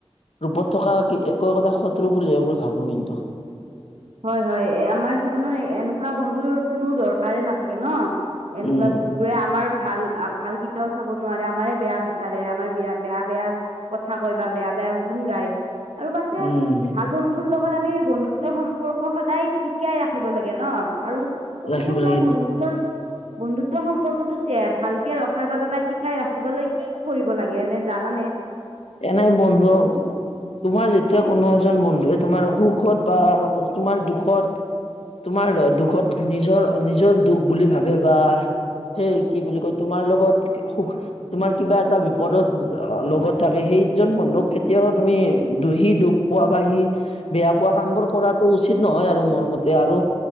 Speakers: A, on the left; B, on the right.
A: ৰূপত থকা একো একোটা শত্ৰু বুলহে মই ভাবোঁ কিন্তু।
B: হয় হয় এ, আমাৰ জীৱনৰ এনেকুৱা বন্ধুৰ কোনো দৰকাৰে নাথাকে ন'। এনেকুৱা
A: উম।
B: যোন বোৰে আমাৰ ভাল, ভাল কেইটাও চাব নোৱাৰে, আমাৰে বেয়া বিচাৰে, আমাৰ বয়া-বেয়া বেয়া কথা কয় বা বেয়া বেয়া গুণ গায়। আৰু পাছে
A: উম
B: ভাল বন্ধুৰ লগত আমি বন্ধুত্বৰ সম সম্পৰ্ক সদায় টিকিয়াই ৰাখিব লাগে ন' আৰু তুমি
A: ৰাখিব
B: পাছে
A: লাগিব
B: বন্ধু ত্বৰ বন্ধুত্ব সম্পৰ্কটো তে ভালকে ৰখাৰ বাবে বা টিকাই ৰাখিবলৈকে কি কি কি কৰিব লাগে এনে জানানে?
A: এনেই বন্ধু তোমাৰ যেতিয়া কোনো এজন বন্ধুৱে তোমাৰ সুখত বা তোমাৰ দুখত তোমাৰ দুখত নিজৰ নিজৰ দুখ বুলি ভাবে বা সেই কি বুলি কয় তোমাৰ লগত সুখ, তোমাৰ কিবা এটা বিপদত লগত থাকে সেইজন বন্ধুক কেতিয়াও তুমি সি দুখ পোৱা বা সি বেয়া পোৱা কামবোৰ কৰাটো উচিত নহয় আৰু মোৰ মতে আৰু